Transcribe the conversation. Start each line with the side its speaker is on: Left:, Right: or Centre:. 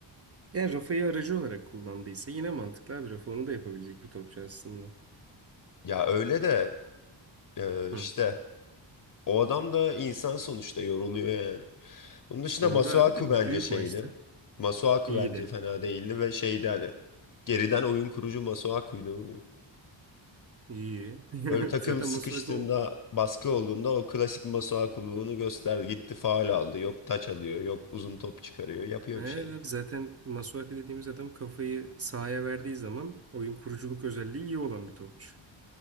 Right: Yani rafayı aracı olarak kullandıysa yine mantıklı abi. Rafa onu da yapabilecek bir topçu aslında.
Left: Ya öyle de Ee,
Right: Hı.
Left: işte o adam da insan sonuçta yoruluyor yani. Bunun dışında
Right: Doğru
Left: Masuaku
Right: abi de
Left: bence
Right: büyük
Left: şeydi.
Right: maçta
Left: Masuaku
Right: iyiydi.
Left: bence fena değildi ve şeydi hani geriden oyun kurucu Masuaku'ydu bugün.
Right: İyi. <laughs>
Left: Böyle takım
Right: Zaten
Left: sıkıştığında
Right: Masuaku o-
Left: baskı olduğunda o klasik Masuaku'luğunu gösterdi. Gitti faul aldı. Yok taç alıyor. Yok uzun top çıkarıyor. Yapıyor
Right: Evet
Left: bir şeyler.
Right: abi zaten Masuaku dediğimiz adam kafayı sahaya verdiği zaman oyun kuruculuk özelliği iyi olan bir topçu.